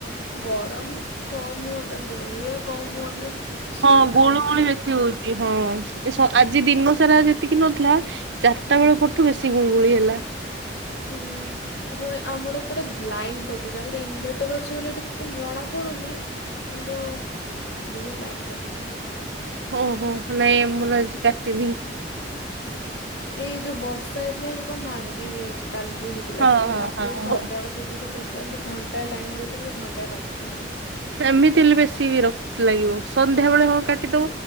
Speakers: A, on the left (about 70°); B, on the right (about 75°).
A: ଗରମ କମ୍ ହୁଅନ୍ତା ଗୁଳୁଗୁଳିଆ କମ୍ ହୁଅନ୍ତା। କିଛି
B: ହଁ ଗୁଳୁ
A: କମ ହଉନି।
B: ଗୁଳି ବେଶି ହଉଛି। ହଁ ଏ ସ ଆଜି ଦିନ ସାରା ଯେତିକି ନଥିଲା ଚାରିଟା ବେଳ ପରଠୁ ବେଶୀ ଗୁଳୁଗୁଳି ହେଲା।
A: ହୁଁ ପୁଣି ଆମର ଏପଟେ ଲାଇନ କଟୁଛି ଆମର ଇନ୍ ଭେଟ୍ ଭେଟର ଅଛି ବୋଲି ଟିକେ ଖାଲି ଜଣା ପଡୁନି କିନ୍ତୁ ବହୁତ ଲାଇନ କଟୁଛି
B: ହଁ ହଁ ନାଇ ଆମର ଆଜି କାଟିନି
A: ଏଇ ଯୋଉ ବର୍ଷା ହେଇଥିଲା ଏଇଠି କଣ ଭାଙ୍ଗି ଯାଇଚି କାଲି ଯୋଉ ହେଇଥିଲା
B: ହଁ
A: ସି
B: ହଁ
A: ତାକୁ
B: ହଁ
A: ସଜାଡ
B: ହଁ।
A: ସଜଡି କ ଦି ଘଣ୍ଟା ଲାଇନ୍ ଦଉଛନ୍ତି ଘ <unintelligible>
B: ଏମିତି ହେଲେ ବେଶୀ ବିରକ୍ତ ଲାଗିବ ସନ୍ଧ୍ୟା ବେଳେ ହଁ କାଟି ଦବ